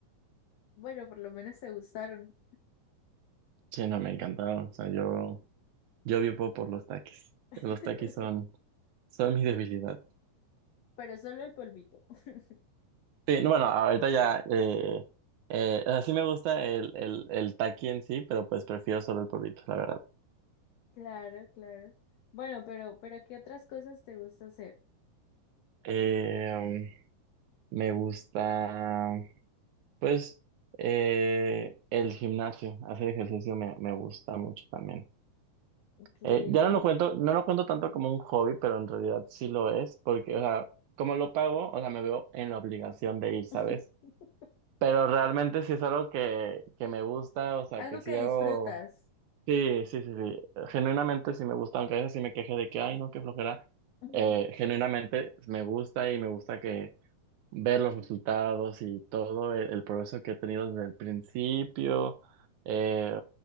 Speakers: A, on the left; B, on the right.
A: Bueno, por lo menos te gustaron.
B: Sí, no, me encantaron. O sea, yo, yo vivo por los taquis.
A: <laughs>
B: Los taquis son, son mi debilidad.
A: Pero solo el polvito. <laughs>
B: Sí, no, bueno, ahorita ya, eh, eh, o sea, sí me gusta el, el, el taqui en sí, pero pues prefiero solo el polvito, la verdad.
A: Claro, claro. Bueno, pero, pero ¿qué otras cosas te gusta hacer?
B: Eh, me gusta. Pues eh, el gimnasio, hacer ejercicio me, me gusta mucho también.
A: ¿Qué?
B: Eh, ya no lo cuento, no lo cuento tanto como un hobby, pero en realidad sí lo es, porque, o sea, como lo pago, o sea, me veo en la obligación de ir, ¿sabes?
A: <laughs>
B: Pero realmente sí es algo que, que me gusta, o sea,
A: Algo
B: que sí
A: que
B: hago,
A: disfrutas.
B: sí, sí, sí, sí, genuinamente sí me gusta, aunque a veces sí me queje de que, ay, no, qué flojera,
A: <laughs>
B: eh, genuinamente me gusta y me gusta que ver los resultados y todo el, el progreso que he tenido desde el principio. eh,